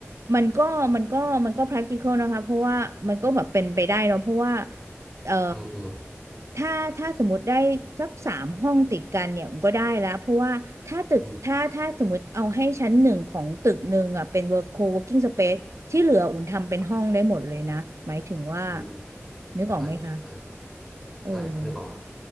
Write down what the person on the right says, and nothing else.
มันก็มันก็มันก็ practical นะคะเพราะว่ามันก็แบบเป็นไปได้เนอะเพราะว่าเออ
ถ้าถ้าสมมติได้สักสามห้องติดกันเนี่ยก็ได้แล้วเพราะว่าถ้าตึกถ้าถ้าสมมติเอาให้ชั้นหนึ่งของตึกหนึ่งอ่ะเป็น
work co-working space ที่เหลืออุ่นทำเป็นห้องได้หมดเลยนะหมายถึงว่า
นึกออกไหมคะ
เออ